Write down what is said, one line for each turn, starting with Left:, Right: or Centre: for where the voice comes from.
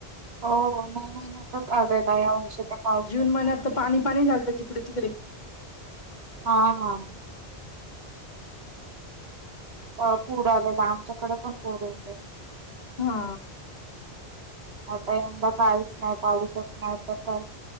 Right: हो हो मे महिन्यातच आलेला या वर्षी काय पाऊसचं
Left: जून महिन्यात
Right: नाही
Left: पाणी पाणी झालतं जिकडे तिकडे
Right: हा हा अ पूड आलेला आमच्याकडे पण पूड येतो
Left: हा
Right: आता यंदा काहीच नाही पाऊसच नाही तर काय